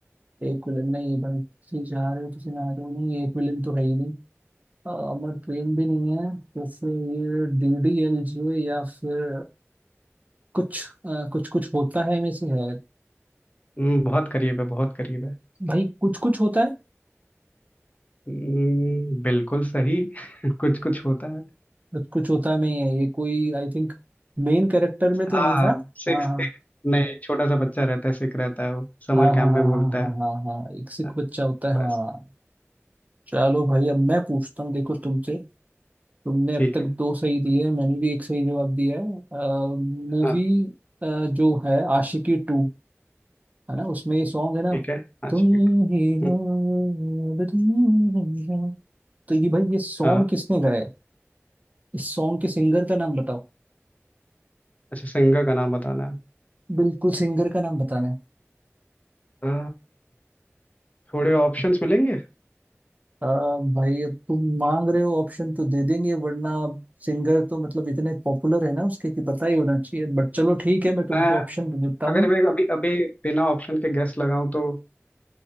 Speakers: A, on the right (about 30°); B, on the left (about 30°).
A: एक विलन नहीं भाई किसी जा रहे हो किसी ना रहे हो नहीं एक विलन तो है ही नहीं अ, अमर प्रेम भी नहीं है तो फिर ये डीडीएलजे या फिर कुछ अ, कुछ कुछ होता है में से है
B: हम्म, बहुत करीब है बहुत करीब है
A: भाई कुछ कुछ होता है
B: हम्म, बिल्कुल सही <laughs> कुछ कुछ होता है
A: कुछ कुछ होता है में ही है ये कोई आई थिंक मेन कैरेक्टर में तो
B: हाँ
A: नहीं था
B: सिक्स
A: हाँ हाँ
B: एक नहीं छोटा सा बच्चा रहता है सिख रहता है वो समर
A: हाँ
B: कैंप
A: हाँ हाँ
B: में
A: हाँ
B: बोलता
A: हाँ
B: है
A: हाँ हाँ हाँ, एक सिख
B: हाँ,
A: बच्चा होता है हाँ
B: बस
A: चलो भाई अब मैं पूछता हूँ देखो तुमसे तुमने
B: ठीक
A: अब तक
B: है
A: दो सही दिए हैं मैंने भी एक सही जवाब दिया है मूवी
B: हाँ
A: जो है आशिकी टू है ना उसमें ये सॉन्ग है ना
B: ठीक है हाँ
A: तुम
B: शिट
A: ही
B: हम्म,
A: हो अब तुम ही हो तो ये भाई ये सॉन्ग
B: हाँ
A: किसने गाया है इस सॉन्ग के सिंगर का नाम बताओ
B: अच्छा सिंगर का नाम बताना है
A: बिल्कुल सिंगर का नाम बताना है
B: आ, थोड़े ऑप्शंस मिलेंगे
A: आ, भाई अब तुम मांग रहे हो ऑप्शन तो दे देंगे वरना अब सिंगर तो मतलब इतने पॉपुलर है ना उसके कि पता ही होना चाहिए बट चलो ठीक है मैं तुमको
B: मैं
A: ऑप्शन दे देता हूँ
B: अगर मैं अभी अभी बिना ऑप्शन के गेस लगाऊं तो